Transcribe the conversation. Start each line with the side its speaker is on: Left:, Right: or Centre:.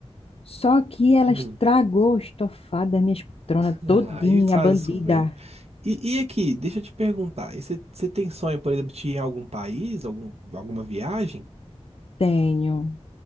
Left: Só que ela
Right: Hum.
Left: estragou o estofado das minhas poltronas
Right: Ah,
Left: todinha,
Right: aí faz
Left: bandida.
Right: isso mesmo. E, e aqui, deixa eu te perguntar. e Você você tem sonho, por exemplo, de ir a algum país, algum, alguma viagem?
Left: Tenho,